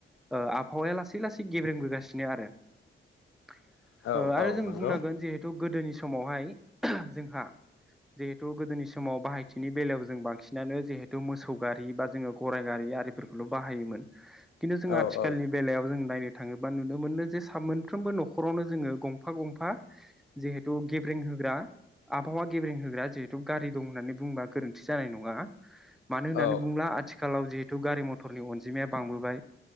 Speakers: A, in the centre; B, on the left.
A: ओ आबहावाया लासै लासै गेब्रेबोगासिनो आरो ।
B: औ
A: ओ आरो
B: औ
A: जों
B: नंगौ
A: बुंनांगोन जिहेथु गोदोनि समावहाय जोंहा जिहेथु गोदोनि समाव बाहायथिनि बेलायाव जों बांसिनानो जिहेथु मोसौ गारि बा जोङो गराइ गारि आरिफोरखौल' बाहायोमोन खिन्थु जों
B: औ
A: आथिखालनि
B: औ
A: बेलायाव जों नायनो थाङोबा नुनो मोनो जे सा मोनफ्रोमबो न'खरावनो जोङो गंफा गंफा जिहेथु गेब्रें होग्रा आबहावा गेब्रें होग्रा जिहेथु गारि दं होननानै बुंबा गोरोन्थि जानाय नङा । मानो होननानै
B: औ
A: बुंब्ला आ खालाव जिहेतु गारि मथरनि अनजिमाया बांबोबाय